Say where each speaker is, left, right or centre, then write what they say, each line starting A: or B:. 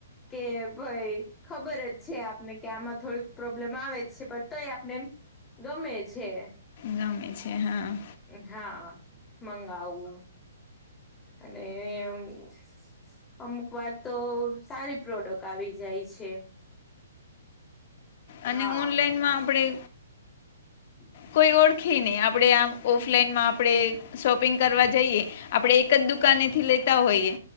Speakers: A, on the left; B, on the left.
A: કે ભાઈ ખબર જ છે, આપને કે આમાં થોડુંક પ્રોબ્લેમ આવે જ છે, પણ તો એ આપને એમ ગમે છે.
B: ગમે છે, હા.
A: હા, મંગાવું. અને એમ <unintelligible> અમુક વાર તો સારી પ્રોડક્ટ આવી જાય છે.
B: અને
A: હા
B: ઓનલાઈનમાં આપણેે
A: <inaudible>
B: કોઈ ઓળખે નહી આપણે આમ ઓફલાઈનમાં આપણે શોપિંગ કરવા જઈએ આપણે એક જ દુખ દુકાનેથી લેતા હોઈએ